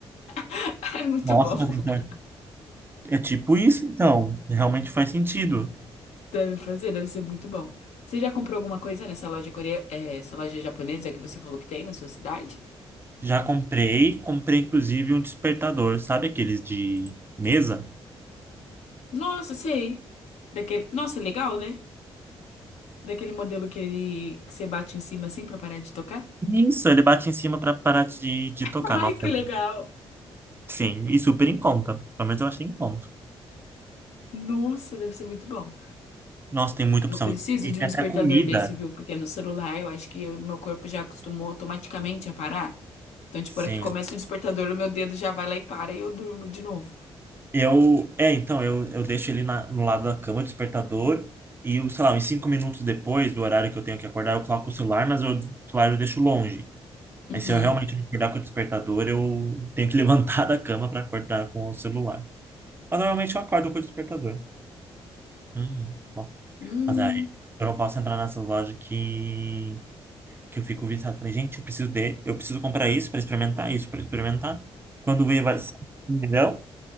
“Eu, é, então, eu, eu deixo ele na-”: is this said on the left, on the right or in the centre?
Right